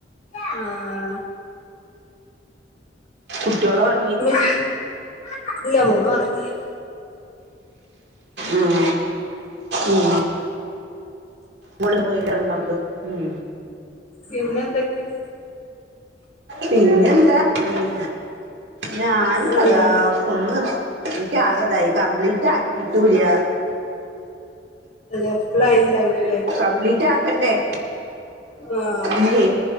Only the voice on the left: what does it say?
ആഹ്..
<unintelligible> ഇല്ല മോള് ഒറങ്ങി-
പിന്നെ എന്ത്ക്കെ?
ആഹ്
അല്ല ഫുള്ളായിണ്ടാവില്ലലെ
ആഹ്